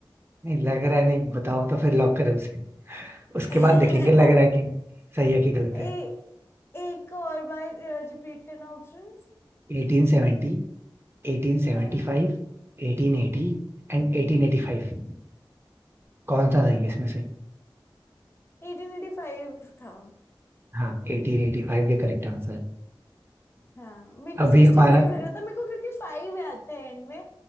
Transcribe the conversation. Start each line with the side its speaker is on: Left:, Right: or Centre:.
Right: नहीं लग रहा है नहीं बताओ तो फिर लॉक करें उसे उसके
Left: <laughs>
Right: बाद देखेंगे लग रहा है कि सही है कि गलत
Left: ए,
Right: है
Left: एक और बार रिपीट करना ऑप्शंस
Right: Eighteen seventy eighteen seventy
Left: हाँ
Right: five eighteen eighty and eighteen eighty five कौन सा सही है इसमें से
Left: एटीन एटी फाइव था
Right: हाँ एटीन एटी फाइव ये करेक्ट आंसर है
Left: हाँ मेरे को
Right: अभी
Left: सिक्सटी
Right: हमारा
Left: फाइव लग रहा था मेरे को क्योंकि फाइव याद था एंड में